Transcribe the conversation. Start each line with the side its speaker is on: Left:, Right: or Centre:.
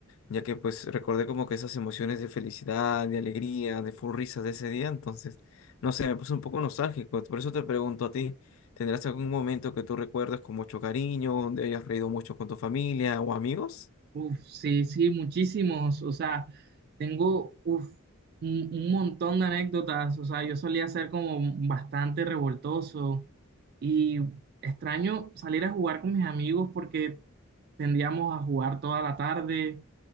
Left: ya que pues recordé como que esas emociones de felicidad, de alegría, de full risas de ese día, entonces, no sé, me puse un poco nostálgico, por eso te pregunto a ti, ¿tendrás algún momento que tú recuerdas con mucho cariño, donde hayas reído mucho con tu familia o amigos?
Right: Uf, sí, sí, muchísimos. O sea, tengo uf, un, un montón de anécdotas. O sea, yo solía ser como bastante revoltoso y extraño salir a jugar con mis amigos porque tendíamos a jugar toda la tarde